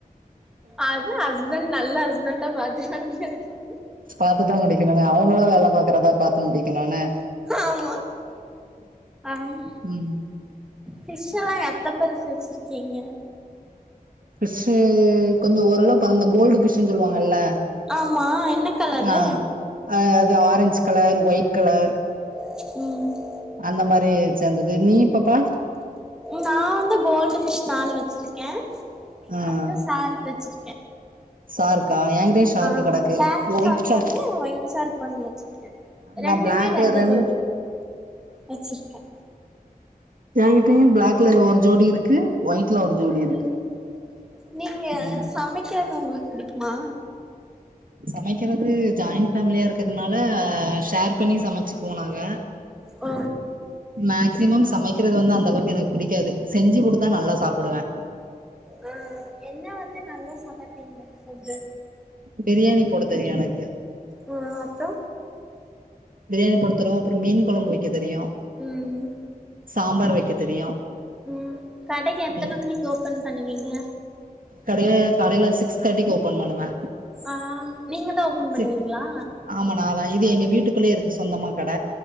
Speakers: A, in the centre; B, on the right.
A: அது ஹஸ்பண்ட் நல்ல ஹஸ்பண்டா பாத்து பண்ணி வப்பாங்க
B: பாத்துதா முடிக்கணுங்க அவுங்களா வேல பாக்குறதா பாத்து முடிக்கணுன்ன
A: ஆமா ஆ
B: ம்
A: ஃபிஷ் எல்லா எத்த பெருசு வச்சுருக்கீங்க
B: ஃபிஷ்ஷு கொஞ்ச ஓரளவு இப்ப அந்த கோல்டு ஃபிஷ் னு சொல்லுவாங்கல்ல
A: ஆமா என்ன கலரு
B: ஆ ஆ அது ஆரஞ்ச் கலர் ஒயிட் கலர்
A: ம்
B: அந்த மாரி சேந்தது நீயு பாப்பா
A: நா வந்து கோல்டு ஃபிஷ் நாலு வச்சுருக்கே
B: ஆ
A: அப்ற சார்க் வச்சுருக்கே
B: ஷார்க்கா என்கிட்டயு ஷார்க்கு
A: ஆ
B: கெடக்கு
A: பிளாக்
B: ஒயிட்
A: சார்க்
B: ஷார்
A: ஒன்னு ஒயிட் சார்க் ஒன்னு வச்சுருக்கே ரெண்டுமே
B: நா பிளாக்ல
A: ரெண்டு
B: ரெண்
A: ஜோடி வச்சுருக்கே
B: ஏங்கிட்டயு பிளாக்ல ஒரு ஜோடி இருக்கு ஒயிட்ல ஒரு ஜோடி இருக்கு
A: ம் நீங்க
B: ம்
A: சமைக்கறது உங்களுக்கு புடிக்குமா
B: சமைக்கிறது ஜாயின் ஃபேமிலியா இருக்கறதுனால ஷேர் பண்ணி சமைச்சுக்குவோ நாங்க
A: ஓ
B: மேக்சிமம் சமைக்கிறது வந்து அந்த அளவுக்கு எனக்கு பிடிக்காது செஞ்சு குடுத்தா நல்லா சாப்பிடுவே
A: ஆ என்ன வந்து நல்லா சமப்பீங்க ஃபுட்டு
B: பிரியாணி போட தெரியு எனக்கு
A: ம் அப்றோ
B: பிரியாணி போட்டு தருவோ அப்றோ மீன் கொழம்பு வைக்க தெரியு
A: ம்
B: சாம்பார் வைக்க தெரியு
A: ம் கடை எத்தன
B: ம்
A: மணிக் ஓபன் பண்ணுவீங்க
B: கடைய காலைல சிக்ஸ் தேட்டிக்கு ஓபன் பண்ணுவே
A: ஆ நீங் மட்டு ஓபன் பண்ணுவீங்களா
B: சிக் ஆமா நா தா இது எங்க வீட்டுக்குள்ளயே இருக்கு சொந்தமா கட